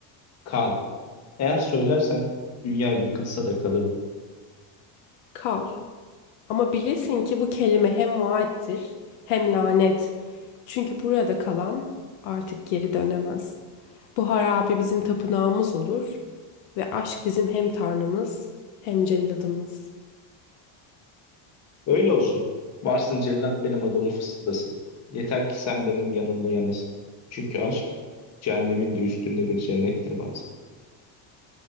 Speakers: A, on the left; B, on the left.
A: Kal. Eğer söylersen, dünya yıkılsa da kalırım.
B: Kal. Ama bilesin ki bu kelime hem vaattir hem lanet. Çünkü burada kalan artık geri dönemez. Bu harabe bizim tapınağımız olur ve aşk bizim hem tanrımız hem celladımız.
A: Öyle olsun. Varsın cellat benim adamı fısıldasın. Yeter ki sen benim yanımda yanasın. Çünkü aşk cehennemin de üstünde bir cennettir bazen.